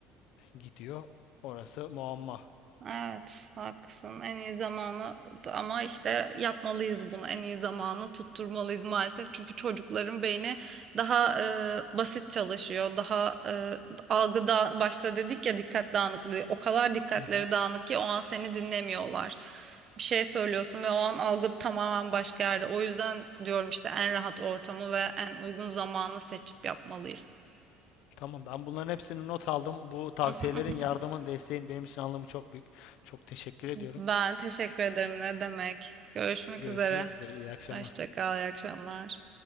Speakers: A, on the left (about 55°); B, on the right (about 25°).
A: gidiyor? Orası muamma.
B: Evet, haklısın. En iyi zamanı ama işte yapmalıyız bunu. En iyi zamanı tutturmalıyız maalesef. Çünkü çocukların beyni daha e, basit çalışıyor. Daha e, algıda başta dedik ya dikkat dağınıklığı. O kadar dikkatleri
A: Hı hı.
B: dağınık ki o an seni dinlemiyorlar. Bir şey söylüyorsun ve o an algı tamamen başka yerde. O yüzden diyorum işte en rahat ortamı ve en uygun zamanı seçip yapmalıyız.
A: Tamam ben bunların hepsini not aldım. Bu tavsiyelerin,
B: <laughs>
A: yardımın, desteğin benim için anlamı çok büyük. Çok teşekkür ediyorum.
B: Ben teşekkür ederim. Ne demek? Görüşmek
A: Görüşmek
B: üzere.
A: üzere. İyi akşamlar.
B: Hoşça kal, iyi akşamlar.